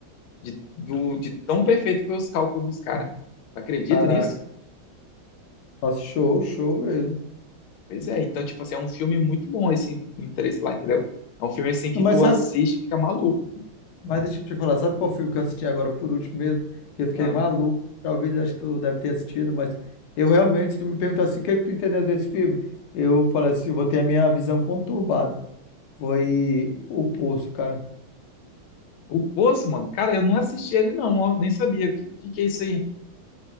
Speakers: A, on the left; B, on the left.
A: De, do- de tão perfeito foi os cálculos dos caras.
B: Hum.
A: Acredita
B: Caraca,
A: nisso?
B: nossa, show, show mesmo.
A: Pois é. Então, tipo assim, é um filme muito bom esse Interestelar, entendeu? É um filme assim que
B: Mas
A: tu
B: sabe?
A: assiste e fica maluco. pô.
B: Mas deixa eu te falar, sabe qual filme que eu assisti agora por último mesmo? Que eu fiquei
A: Ah.
B: maluco. Talvez acho que tu deve ter assistido, mas eu realmente, se tu me perguntasse o que é que tu entendeu desse filme, eu falei assim, eu vou ter a minha visão conturbada. Foi O Poço, cara.
A: O Poço, mano, cara, eu não assisti ele não, ó, nem sabia. O que, que que é isso aí?